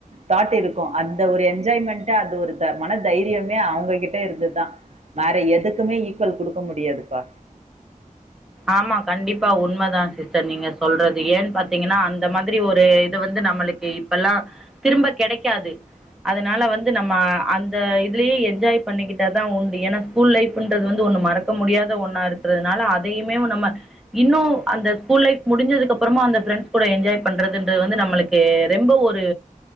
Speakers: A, on the right; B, in the centre.
A: தாட் இருக்கு அந்த ஒரு என்ஜாய்மெண்டு அதே ஒரு மன தைரியமே அவுங்ககிட்ட இருந்துதா வேற எதுக்குமே ஈக்குவல் குடுக்க முடியாதுப்பா
B: ஆமா கண்டிப்பா உண்மதா சிஸ்டர் நீங்க சொல்றது ஏன் பாத்தீங்கன்னா அந்த மாதிரி ஒரு இத வந்து நம்மளுக்கு இப்பல்லா திரும்ப கெடைக்காது. அதனால வந்து நம்ம அந்த இதுலயே என்ஜாய் பண்ணிக்கிட்டாதா உண்டு. ஏன்னா ஸ்கூல் லைஃப்ன்றது வந்து ஒன்னு மறக்க முடியாத ஒன்னா இருக்கறதுனால அத் இதையுமேவு நம்ம இன்னு அந்த ஸ்கூல் லைஃப் முடிஞ்சதுக்கு அப்புறமா அந்த ஃப்ரெண்ஸ் கூட என்ஜாய் பண்றதுன்றது வந்து நம்மளுக்கு ரெம்ப ஒரு